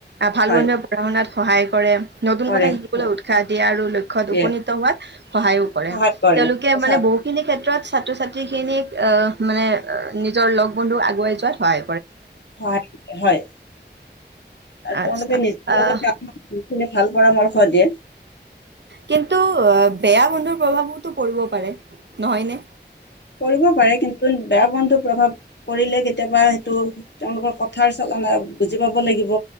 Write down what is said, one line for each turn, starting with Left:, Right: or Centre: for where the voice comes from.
Right: ভাল
Left: হয়
Right: বন্ধুয়ে পঢ়া শুনাত, সহায় কৰে। নতুন
Left: কৰে
Right: কথা শিকিবলৈ
Left: হয়
Right: উৎসাহ দিয়ে আৰু লক্ষ্যত
Left: দিয়ে
Right: উপনীত হোৱাত সহায়ো কৰে।
Left: সহায়
Right: তেওঁলোকে
Left: সঁচা
Right: মানে বহুখিনি ক্ষেত্ৰত ছাত্ৰ ছাত্ৰী খিনিক অহ মানে নিজৰ লগ বন্ধু আগুৱাই যোৱাত হয়
Left: <unintelligible> হয়। আৰু
Right: আচ্ছা
Left: তেওঁলোকে নিজৰ
Right: আহ
Left: লগতে <unintelligible> ভাল পৰামৰ্শ দিয়ে।
Right: কিন্তু বেয়া বন্ধুৰ প্ৰভাৱতো পৰিব পাৰে নহয়নে?
Left: পৰিব পাৰে কিন্তু বেয়া বন্ধুৰ প্ৰভাৱ কৰিলে কেতিয়াবা সেইটো তেওঁলোকৰ কথাৰ চলনা বুজি পাব লাগিব।